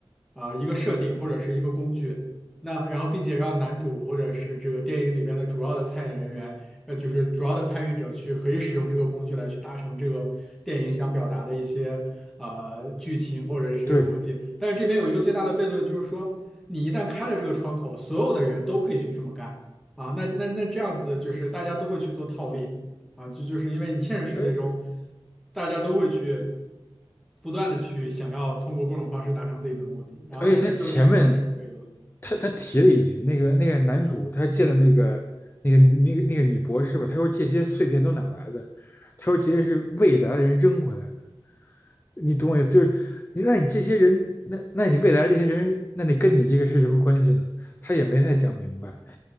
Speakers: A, in the centre; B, on the left (about 20°).
A: 啊、一个设定或者是一个工具，那然后并且让男主或者是这个电影里边的主要的参演人员，呃，就是主要的参与者去可以使用这个工具来去达成这个电影想表达的一些呃剧情或者是一些逻辑，
B: 对，
A: 但是这边有一个最大的悖论，就是说你一旦开了这个窗口，所有的人都可以去这么干。啊，那那那这样子就是大家都会去做套利啊，这就是因为你现实世界中，
B: 而
A: 大家都会去不断的去想要通过各种方式达成自己的目的，然后那这就产生了这个悖论
B: 而且他前面他他提了一句，那个那个男主他见的那个那个那个那个女博士吧，他说这些碎片都哪来的？他说这些是未来的人扔回来的。你懂我意思？就是你那你这些人，那那你未来这些人，那你跟你这个是什么关系呢？他也没太讲明白。